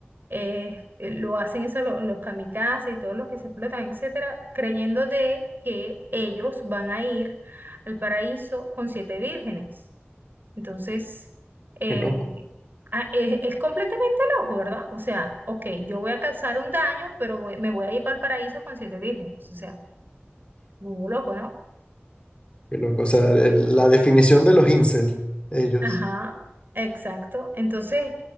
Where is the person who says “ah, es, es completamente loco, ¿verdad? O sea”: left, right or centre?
Right